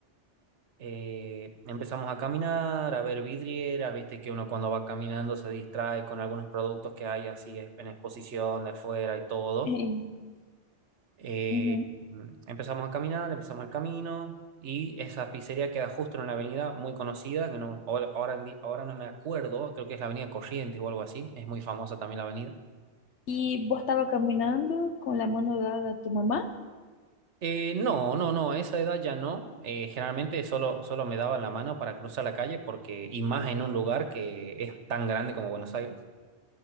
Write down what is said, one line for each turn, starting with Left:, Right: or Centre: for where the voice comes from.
Right: Eh, empezamos a caminar, a ver vidrieras, viste que uno cuando va caminando se distrae con algunos productos que hay así es- en exposición de afuera y todo.
Left: <laughs>
Right: Eh,
Left: Ujú.
Right: empezamos a caminar, empezamos el camino y esa pizzería queda justo en una avenida muy conocida, que no, ahora, ahora en di- ahora no me acuerdo, creo que es la avenida Corrientes o algo así, es muy famosa también la avenida.
Left: Y vos estaba caminando con la mano dada a tu mamá.
Right: Eh, no, no, no, a esa edad ya no. Eh, generalmente solo, solo me daban la mano para cruzar la calle porque, y más en un lugar que es tan grande como Buenos Aires.